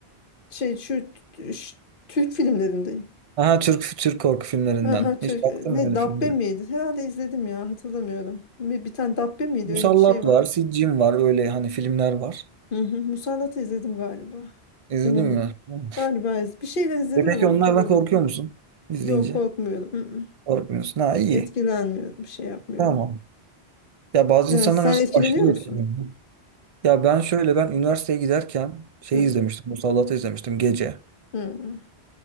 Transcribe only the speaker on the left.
Şey şu, şu Türk filmlerindeyim.
Aha, Türk,
ne
Dabbe
miydi? Herhalde izledim ya hatırlamıyorum. Bir, bir tane Dabbe miydi
öyle bir şey var.
Hı hı, Musallat'ı izledim galiba.
Emin
değil.
Galiba iz- bir şeyler izledim
ama
hatırlamıyorum.
Yok korkmuyorum. Hı hı.
Etkilenmiyorum. Bir Şey yapmıyorum.
Yani
sen
etkileniyor
musun?
Hı.
Hı. hı.